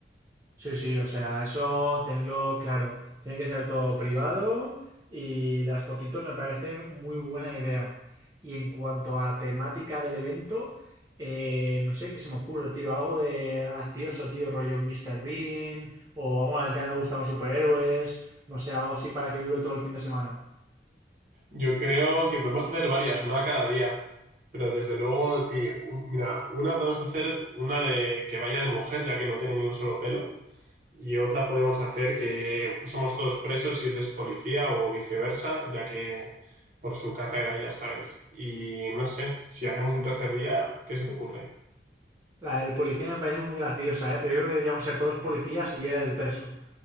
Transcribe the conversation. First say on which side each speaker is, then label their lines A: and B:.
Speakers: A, on the right; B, on the right.
A: Sí, sí, o sea, eso tenlo claro. Tiene que ser todo privado y las fotitos me parece muy buena idea. Y en cuanto a temática del evento, eh, no sé qué se me ocurre, tío. Algo de gracioso, tío, rollo un Mr. Bean o bueno, a él también le gustan los superhéroes. No sé, algo así para que dure todo el fin de semana.
B: Yo creo que podemos hacer varias, una cada día. Pero desde luego, sí, un- mira, una podemos hacer una de que vaya de mujer, ya que no tiene ni un solo pelo. Y otra podemos hacer que somos todos presos y él es policía o viceversa, ya que por su carrera, ya sabes. Y no sé, si hacemos un tercer día, ¿qué se te ocurre?
A: La del policía me parece muy graciosa, ¿eh? Pero yo creo que deberíamos ser todos policías y él el perso.